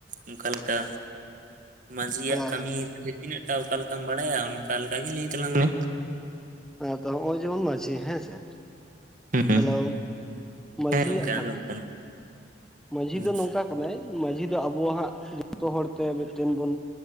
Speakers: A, on the right (about 50°); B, in the centre.
A: ᱚᱱᱠᱟ ᱞᱮᱠᱟ ᱢᱟᱺᱡᱷᱤᱭᱟᱜ
B: ᱦᱮᱸ
A: ᱠᱟᱹᱢᱤ
B: ᱦᱮᱸ
A: ᱛᱤᱱᱟᱹᱜ ᱴᱟ ᱚᱠᱟ ᱞᱮᱠᱟᱢ ᱵᱟᱲᱟᱭᱟ ᱚᱱᱠᱟ ᱞᱮᱠᱟ ᱜᱮ ᱞᱟᱹᱭ ᱛᱟᱞᱟᱝ ᱢᱮ
B: ᱦᱮᱸ ᱛᱚ ᱱᱚᱜᱼᱚᱭ ᱡᱮᱢᱚᱱ ᱢᱟᱺᱡᱷᱤ ᱦᱮᱸ ᱥᱮ
A: ᱦᱩᱸ
B: ᱦᱮᱞᱳ ᱢᱟᱺᱡᱷᱤᱭᱟᱜ
A: ᱦᱮᱸ ᱜᱚᱝᱠᱮ
B: ᱠᱟᱹᱢᱤ
A: ᱟᱸᱡᱚᱢᱚᱜ ᱠᱟᱱᱟ
B: ᱢᱟᱡᱷᱤ
A: ᱦᱩᱸ
B: ᱫᱚ ᱱᱚᱝᱠᱟ ᱠᱟᱱᱟᱭ ᱢᱟᱡᱷᱤ ᱫᱚ ᱟᱵᱚᱣᱟᱜ ᱦᱟᱸᱜ ᱡᱚᱛᱚ ᱦᱚᱲ ᱛᱮ ᱢᱤᱫᱴᱮᱱ ᱵᱚᱱ